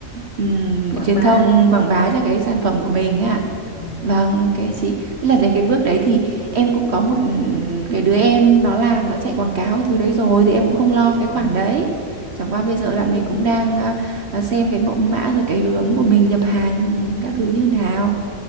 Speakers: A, on the right (about 55°); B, on the left (about 25°).
A: ừm,
B: quảng
A: truyền
B: bá
A: thông ừm, quảng bá cho cái sản phẩm của mình ấy à
B: ừ.
A: vâng ok chị tức là đến cái bước đấy thì em cũng có một ừm, cái đứa em nó làm nó chạy quảng cáo thứ đấy rồi thì em cũng không lo cái khoản
B: Ừ.
A: đấy chẳng qua bây giờ là mình cũng đang ờ, ờ, xem cái mẫu mã rồi cái hướng của mình nhập hàng các thứ như nào